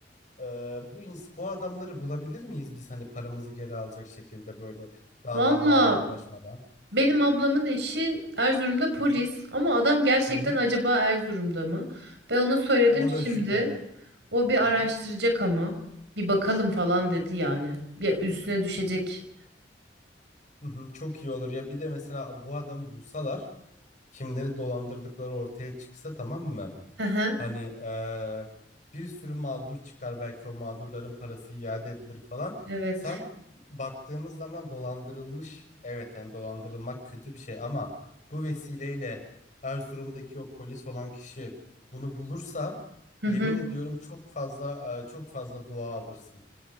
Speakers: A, on the left; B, on the right.
A: e, bu ins bu adamları bulabilir miyiz biz hani paramızı geri alacak şekilde böyle dava
B: Valla
A: mava uğraşmadan?
B: benim ablamın eşi Erzurum'da polis
A: Hı hı.
B: ama adam gerçekten
A: Hı hı.
B: acaba Erzurum'da mı? Ben ona söyledim
A: Ya O
B: şimdi.
A: da şüpheli.
B: O bir
A: Hı
B: araştıracak
A: hı.
B: ama. Bir bakalım falan dedi yani. Bir üstüne düşecek.
A: Hı hı. Çok iyi olur ya bir de mesela bu adamı bulsalar kimleri dolandırdıkları ortaya çıksa tamam mı?
B: Hı hı.
A: Hani eee, bir sürü mağdur çıkar belki o mağdurların parası iade edilir falan.
B: Evet.
A: Sen baktığımız zaman dolandırılmış evet hem dolandırılmak kötü bir şey ama bu vesileyle Erzurum'daki o polis olan kişi bunu bulursa
B: Hı
A: yemin
B: hı.
A: ediyorum çok fazla eee, çok fazla dua alırsın.